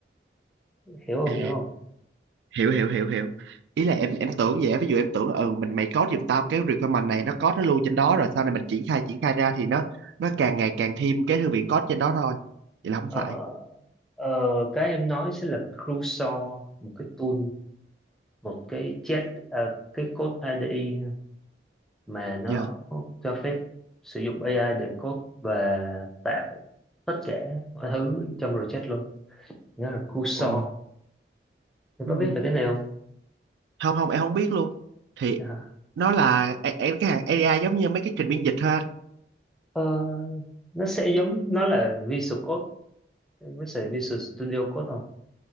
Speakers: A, in the centre; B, on the right.
A: hiểu không
B: à
A: hiểu không
B: hiểu hiểu hiểu hiểu ý là em em tưởng vậy á, ví dụ em tưởng là, ừ mình mày code giùm tao cái requirement này nó code nó lưu trên đó rồi sau này mình triển khai triển khai ra thì nó nó càng ngày càng thêm cái thư viện code trên đó thôi vậy là không
A: ờ,
B: phải
A: ờ, cái em nói sẽ là Cursor một cái tool một cái chat à, cái code IDE ha, mà nó
B: giờ
A: cho phép sử dụng AI để code và tạo tất cả mọi thứ trong project luôn nó là Cursor
B: ồ
A: em
B: ừ.
A: có biết về cái này không
B: không không em không biết luôn thì
A: À,
B: nó là em em- cái hàng AI giống như mấy cái trình biên dịch thôi anh
A: ờ, nó sẽ giống nó là Visual Code Em có xài Visual Studio Code không?